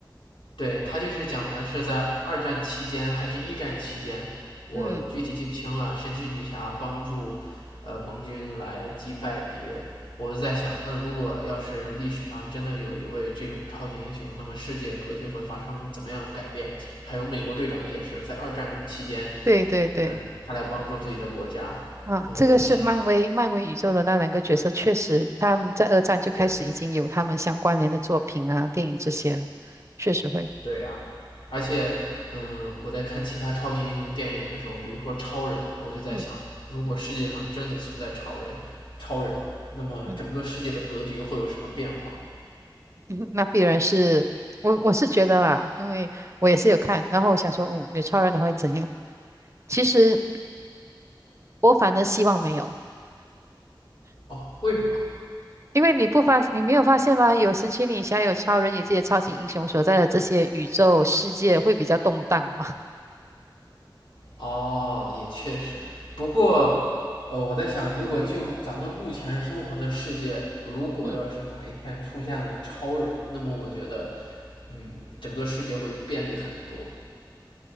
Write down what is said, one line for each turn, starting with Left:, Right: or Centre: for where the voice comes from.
Left: 对，他就是讲的是在二战期间还是一战期间，我具体记不清了。
Right: 嗯，
Left: 神奇女侠帮助呃盟军来击败敌人。我就在想，那如果要是历史上真的有一位这种超级英雄，那么世界格局会发生怎么样的改变？还有美国队长也是在二战期间，
Right: 对对对，
Left: 嗯、他来帮助自己的国家，
Right: 啊，
Left: 嗯、
Right: 这个是漫威漫威宇宙的那两个角色，
Left: 我就想，
Right: 确实他们在二战就开始已经有他们相关联的作品啊、
Left: 对，
Right: 电影这些了，确实会，
Left: 对呀、啊而且，嗯，我在看其他超级英雄电影的时候，比如说超人，我就在想，
Right: 嗯
Left: 如果世界上真的存在超人，超人，那么整个世界的格局会有什么变化？
Right: 嗯。<laughs> 那必然是我，我是觉得啦，因为我也是有看，然后我想说，嗯，有超人的话会怎样？其实我反而希望没有，
Left: 哦，为什么？
Right: 因为你不发，你没有发现吗？有神奇女侠，有超人，有这些超级英雄所在的这些宇宙世界会比较动荡吗？<laughs>
Left: 哦，也确实。不过，呃，我在想，如果就咱们目前生活的世界，如果要是哪一天出现了超人，
Right: 嗯，
Left: 那么我觉得，嗯，整个世界会便利很多，